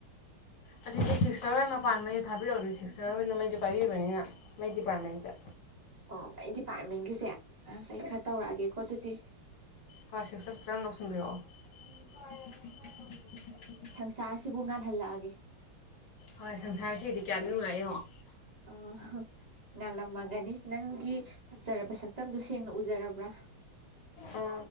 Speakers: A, on the left (about 65°); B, on the right (about 35°).
A: ꯑꯗꯨꯗꯤ ꯁꯤꯁꯇ꯭ꯔ ꯍꯣꯏ ꯃꯄꯥꯟ ꯃꯩ ꯊꯥꯕꯤꯔꯛꯑꯣꯗ ꯁꯤꯁꯇ꯭ꯔ ꯍꯣꯏꯅ ꯃꯩꯖꯦ ꯄꯥꯏꯕꯤꯕꯅꯤꯅ ꯃꯩ ꯗꯤꯄꯥ꯭ꯔꯠꯃꯦꯟꯖꯦ
B: ꯑꯣ ꯑꯩ ꯗꯤꯄꯥ꯭ꯔꯠꯃꯦꯟꯒꯤꯁꯦ ꯑꯁ ꯑꯩ ꯈꯔ ꯇꯧꯔꯛꯑꯒꯦꯀꯣ ꯑꯗꯨꯗꯤ
A: ꯍꯥ ꯁꯤꯁꯇ꯭ꯔ ꯆꯪ ꯗꯧꯁꯤꯟꯕꯤꯔꯛꯑꯣ <unintelligible>
B: ꯁꯪꯁꯥꯔꯁꯤꯕꯨ ꯉꯥꯜꯍꯜꯂꯛꯑꯒꯦ
A: ꯍꯣꯏ ꯁꯪꯁꯥꯔꯁꯤꯗꯤ ꯀꯌꯥꯗꯤ ꯅꯨꯡꯉꯥꯏꯔꯦ ꯌꯦꯡꯉꯣ
B: ꯑ ꯍꯥ ꯉꯥꯜꯂꯝꯃꯒꯅꯤ ꯅꯪꯒꯤ ꯐꯖꯔꯕ ꯁꯛꯇꯝꯗꯨ ꯁꯦꯡꯅ ꯎꯖꯔꯕ꯭ꯔꯥ
A: ꯑ